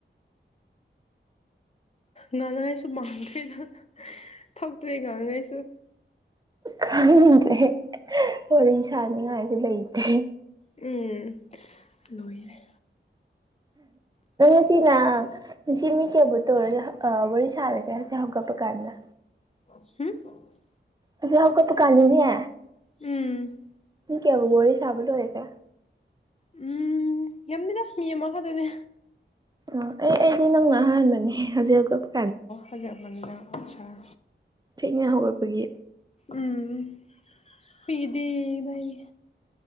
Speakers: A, on the left (about 35°); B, on the right (about 20°).
A: ꯉꯂꯁꯨꯃꯥꯡꯒꯦꯗ ꯊꯧꯇ꯭ꯔꯦ ꯉꯥꯡꯉꯩꯁꯨ
B: ꯈꯁꯦ ꯋꯥꯔꯤ ꯁꯥꯅꯤꯡꯉꯥꯏꯁꯨꯦ ꯂꯩꯇꯦ
A: ꯎꯝ ꯂꯣꯏꯔꯦ
B: ꯎꯁꯤꯂ ꯁꯤ ꯃꯤ ꯀꯌꯥꯕꯨ ꯇꯧꯔꯒ ꯋꯥꯔꯤ ꯁꯥꯔꯒꯦꯁꯦ ꯍꯧꯒꯠꯄ ꯀꯥꯟꯗ
A: ꯍꯝ
B: ꯑꯗꯨꯍ ꯑꯩꯣꯏ ꯄꯀꯥꯟꯅꯤ ꯍꯥꯏ
A: ꯎꯝ
B: ꯀꯌꯥꯕꯨ ꯋꯥꯔꯤ ꯁꯕꯗꯔꯁꯦ
A: ꯎꯝ ꯌꯥꯝꯅꯤꯗ ꯃꯤ ꯑꯃ ꯈꯛꯇꯣꯏꯅꯦ
B: ꯑꯣ ꯑꯦ ꯑꯩꯗꯤ ꯅꯪꯅ ꯑꯍꯥꯟꯕꯅꯦ ꯍꯧꯖꯤꯛ ꯍꯧꯖꯤꯛ
A: ꯍꯧꯖꯛꯂꯝꯗꯅ ꯑꯠꯆꯥꯥ
B: ꯊꯦꯡꯅ ꯍꯧꯒꯠꯄꯒꯤ
A: ꯎꯝ ꯐꯤꯗꯤꯗꯏꯔꯤ